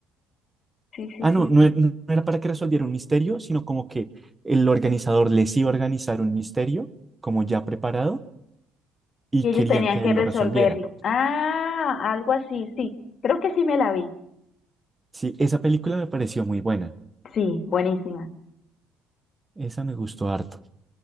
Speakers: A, on the left (about 50°); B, on the right (about 15°).
A: Sí, sí,
B: Ah, no,
A: sí,
B: no,
A: sí.
B: e- no era para que resolviera un misterio, sino como que el organizador les iba a organizar un misterio como ya preparado y
A: y ellos
B: querían
A: tenían
B: que
A: que
B: él
A: resolverlo.
B: lo resolviera.
A: Ah, algo así, sí. Creo que sí me la vi.
B: Sí, esa película me pareció muy buena.
A: Sí, buenísima.
B: Esa me gustó harto.